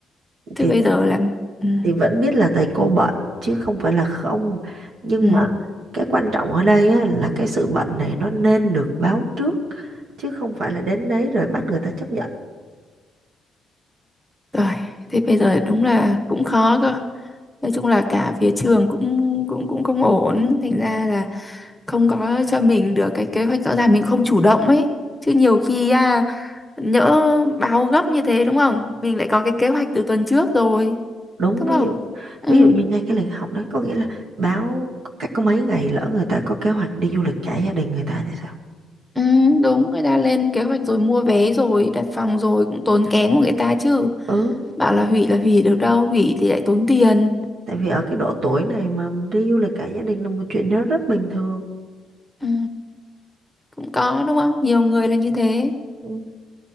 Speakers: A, in the centre; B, on the right (about 70°).
A: chứ
B: thì
A: bây giờ là ừ.
B: thì vẫn biết là thầy cô bận chứ không phải là không nhưng
A: Ừ,
B: mà cái quan trọng ở đây á, là cái sự bận này nó nên được báo trước chứ không phải là đến đấy rồi bắt người ta chấp nhận
A: rồi, thế bây giờ đúng là cũng khó cơ. Nói chung là cả phía trường cũng cũng cũng không ổn, thành ra là không có cho mình được cái kế hoạch rõ ràng, mình không chủ động ấy. Chứ nhiều khi à, nhỡ báo gấp như thế đúng không? Mình lại có cái kế hoạch từ tuần trước rồi,
B: đúng
A: đúng
B: ví
A: không?
B: dụ
A: Ừ,
B: ví dụ như ngay cái lịch học đấy có nghĩa là báo cách có mấy ngày lỡ người ta có kế hoạch đi du lịch cả gia đình người ta thì sao
A: ừ, đúng, người ta lên kế hoạch rồi mua vé rồi, đặt phòng rồi cũng tốn kém của người ta chứ.
B: ừ
A: Bảo là hủy là hủy được đâu, hủy thì lại tốn tiền.
B: tại vì ở cái độ tuổi này mà đi du lịch cả gia đình là một chuyện nó rất bình thường
A: Ừ, cũng có đúng không? Nhiều người là như thế.
B: Ừ.